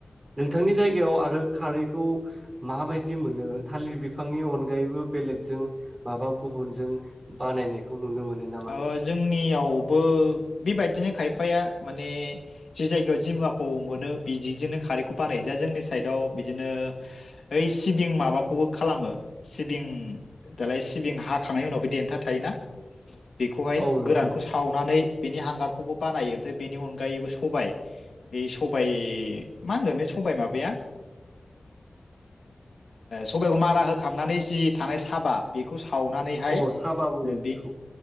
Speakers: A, on the right; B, on the left.
A: नोंथांनि जायगायाव आरो खारैखौ माबायदि मोनो थालिर बिफांनि अनगायैबो बेलेगजों माबा गुबुनजों बानायनायखौ नुनो मोनो नामा
B: ओ
A: नोंथां
B: जोंनियावबो बेबायदिनो खायफाया माने जे जाय जि माखौ मोनो बिजिजोंनो खारै ख बानाय जा जोंनि साइदाव बिदिनो ओइ सिबिं माबाखौबो खालामो सिबिं दालाय सिबिं हाखांनायनि उनावबो देन्था थायोना! बेखौहाय
A: औ नोंथां
B: गोरानखौ सावनानै- बिनि हांगारखौबो बानायो ओमफ्राय बेनि अनगायैबो सबाय बे सबाय मा होनगोन बे सबबाय माबाया सबाइखौ मारा होखांनानै जि थानाय साबा बेखौ। सावनानैहाय
A: औ सा बुङो
B: ओ
A: बेखौ।